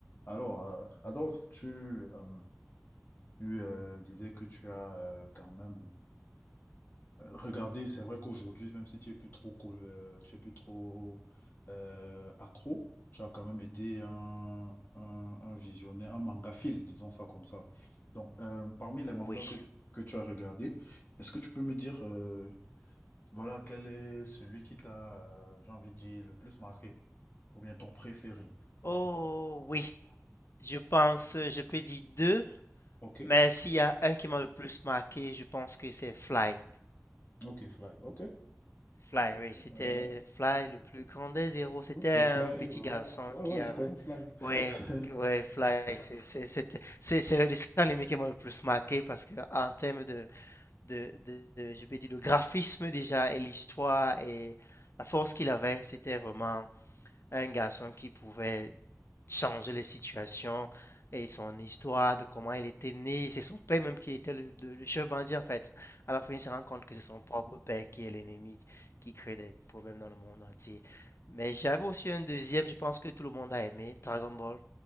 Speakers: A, on the left (about 40°); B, on the left (about 55°).
A: Alors, euh, Adolphe, tu, euh, tu, euh, disais que tu as euh, quand même euh, regardé. C'est vrai qu'aujourd'hui, même si tu es plus trop, co- euh, tu es plus trop euh, accro, tu as quand même été un, un, un visionnaire, un mangaphile, disons ça comme ça. Donc, euh, parmi les
B: Oui.
A: mangas que, tu- que tu as regardés, est-ce que tu peux me dire, euh, voilà, quel est celui qui t'a, euh, j'ai envie de dire, le plus marqué, ou bien ton préféré?
B: Oh oui. Je pense, euh, je peux dire deux,
A: Ok,
B: mais s'il y a un qui m'a le plus marqué, je pense que c'est Fly.
A: ok, fly, ok.
B: Fly, oui,
A: <laughs>
B: c'était Fly, le plus grand des héros. C'était
A: Oh, C'est
B: un
A: Fly,
B: petit
A: ouais, ouais,
B: garçon
A: ouais, ouais,
B: qui avait.
A: je connais Fly.
B: Ouais,
A: <laughs>
B: ouais, Fly, c'est c'est- c'était- c'est- c'est le dessin animé qui m'a le plus marqué parce que en termes de, de, de, de- je vais dire, le graphisme déjà et l'histoire et la force qu'il avait, c'était vraiment un garçon qui pouvait changer les situations et son histoire de comment il était né. C'est son père même qui était le, le- le chef bandit en fait. À la fin, il se rend compte que c'est son propre père qui est l'ennemi, qui crée des problèmes dans le monde entier. Mais j'avais aussi un deuxième, je pense que tout le monde a aimé, Dragon Ball.